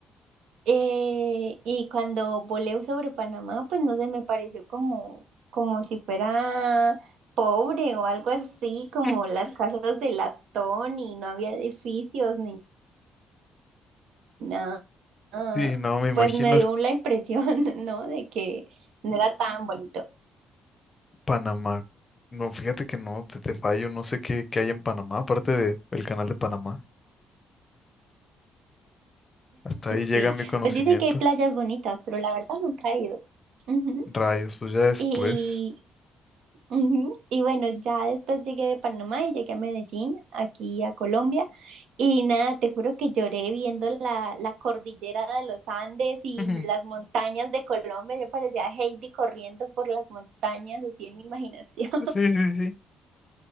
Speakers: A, on the right; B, on the left.
A: Eh, y cuando volé sobre Panamá, pues no sé, me pareció como, como si fuera pobre o algo así, como
B: <laughs>
A: las casas de latón y no había edificios ni nada. Ah,
B: Sí, no, me imagino
A: pues me dio
B: es
A: la impresión, <laughs> ¿no? De que no era tan bonito. <laughs>
B: Panamá. No, fíjate que no, te, te fallo, no sé qué, qué hay en Panamá, aparte del canal de Panamá. Hasta ahí llega
A: Sí,
B: mi conocimiento.
A: pues dicen que hay playas bonitas, pero la verdad nunca he ido. Ujú.
B: Rayos, pues ya después.
A: Y, ujú. Y bueno, ya después llegué de Panamá y llegué a Medellín, aquí a Colombia. Y nada, te juro que lloré viendo la, la cordillera de los Andes y
B: <laughs>
A: las montañas de Colombia. Yo parecía Heidi corriendo por las montañas, así en mi imaginación.
B: Sí, sí, sí.